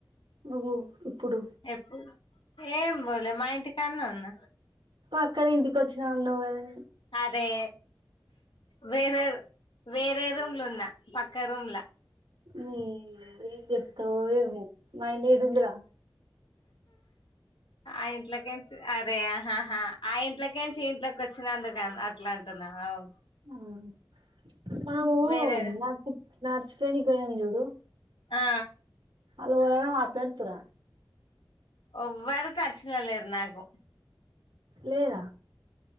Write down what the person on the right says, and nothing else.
నువ్వు. ఇప్పుడు
పక్కనింటికోచ్చిన అన్నవ్ కదే.
ఉమ్. ఏంచెప్తవో ఏమో మా ఇంటి ఏడున్ది రా.
ఉమ్ మాము
నక్ నర్సు ట్రేనింగ్ కు పోయినం చూడు
ఆళ్ళు కూడ మాట్లాడుతుర
లేద